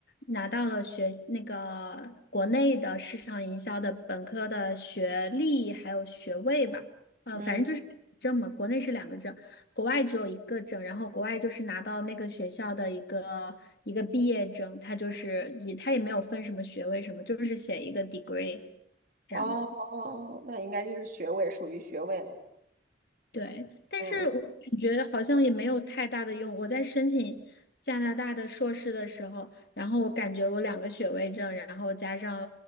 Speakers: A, on the left; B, on the right.
A: 拿到了学那个国内的市场营销的本科的学历还有学位吧，呃，
B: 嗯，
A: 反正就是证嘛，国内是两个证，国外只有一个证，然后国外就是拿到那个学校的一个一个毕业证，他就是也他也没有分什么学位什么，就是写一个 degree。
B: 哦，
A: 这样子。
B: 哦哦那应该就是学位，属于学位了。
A: 对，但是我感觉好像也没有太大的用。
B: 嗯嗯。
A: 我在申请加拿大的硕士的时候，然后我感觉我两个学位证，然后加上